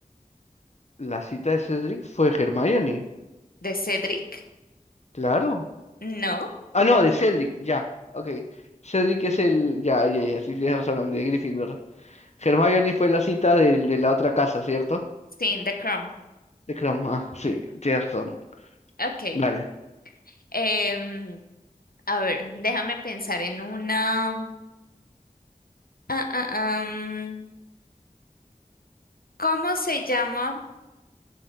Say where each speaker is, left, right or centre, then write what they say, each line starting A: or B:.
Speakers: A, on the left; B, on the left.
A: La cita de Cedric fue Hermione.
B: ¿De Cedric?
A: Claro.
B: No.
A: Ah, no, de Cedric, ya. Ok. Cedric es el. Ya, ya, ya. Sí, tienes razón, el de Gryffindor. Hermione fue la cita del- de, la otra casa, ¿cierto?
B: Sí, en The Crown.
A: De Crom, ah, sí, tienes razón.
B: Ok.
A: Vale.
B: Em, A ver, déjame pensar en una. Ah, ah, am. ¿Cómo se llama